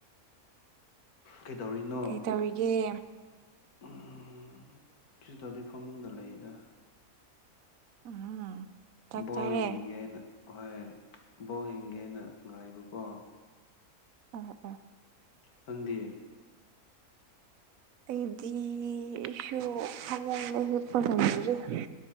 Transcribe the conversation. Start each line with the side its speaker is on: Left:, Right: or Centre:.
Left: ꯀꯩꯗꯧꯔꯤꯅꯣ
Right: ꯀꯩꯇꯧꯔꯤꯒꯦ
Left: ꯎꯝ ꯀꯩꯁꯨ ꯇꯧꯗ‌ꯦ ꯐꯕꯨꯡꯗ ꯂꯩꯗ
Right: ꯎꯝ ꯆꯥꯛ
Left: ꯕꯣꯜ
Right: ꯆꯥꯔꯦ
Left: ꯍꯡꯒꯦꯅ ꯍꯣꯏ ꯕꯣꯜ ꯍꯤꯡꯒꯦꯅ ꯉꯥꯏꯕꯀꯣ
Right: <unintelligible>
Left: ꯈꯪꯗꯦ
Right: ꯑꯩꯗꯤ ꯏꯁꯨ ꯐꯕꯨꯡꯗ ꯍꯤꯝꯄ ꯂꯩꯌ‌ꯦ